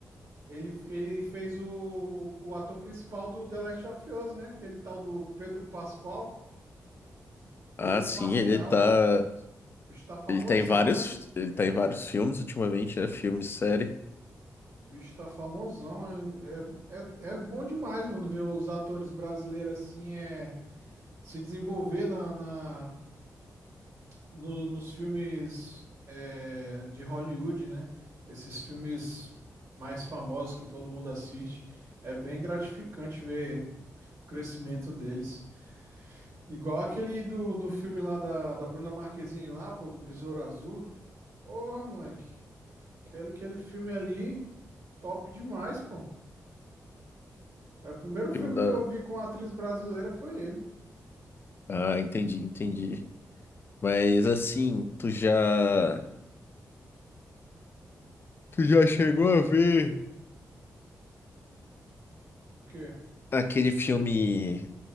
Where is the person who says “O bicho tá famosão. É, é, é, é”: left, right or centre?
Right